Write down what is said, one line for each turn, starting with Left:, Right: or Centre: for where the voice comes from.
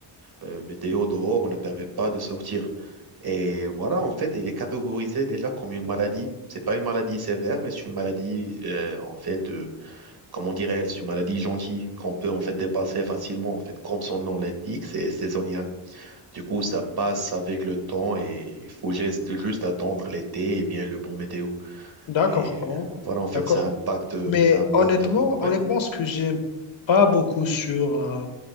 Right: euh, météo dehors ne permet pas de sortir. Et voilà, en fait, il est catégorisé déjà comme une maladie. C'est pas une maladie sévère, mais c'est une maladie, euh, en fait. euh, comme on dirait, c'est une maladie gentille qu'on peut en fait dépasser facilement. En fait, comme son nom l'indique, c'est saisonnial. Du coup, ça passe avec le temps et il faut juste juste attendre l'été et bien le bon météo.
Left: D'accord,
Right: Et
Left: ah bon,
Right: voilà, en fait,
Left: d'accord.
Right: ça impacte,
Left: Mais
Right: ça impacte.
Left: honnêtement,
Right: Ouais,
Left: honnêtement, ce que j'aime pas beaucoup sur, euh,